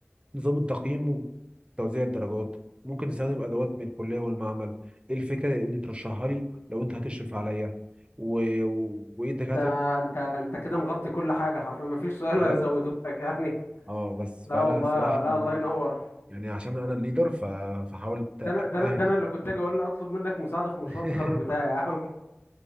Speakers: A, on the right (about 25°); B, on the left (about 65°).
A: نظام التقييم وتوزيع الدرجات ممكن نستخدم ادوات من الكلية والمعمل ايه الفكرة اللي ترشحها لي لو انت هتشرف عليا و... و... وايه الدكاترة
B: ده انت انت كده مغطي كل حاجه حرفيا ما فيش سؤال
A: بجد
B: ازوده لك يعني
A: اه بس
B: لا
A: فانا
B: والله
A: الصراحة
B: لا
A: يعني
B: الله ينور
A: يعني عشان انا الليدر ف... فحاولت
B: ده
A: اجتهد
B: انا ده انا ده انا اللي كنت اجي اقول اطلب منك مساعده في مشروع
A: في
B: التخرج بتاعي
A: <laughs>
B: يا عم <laughs>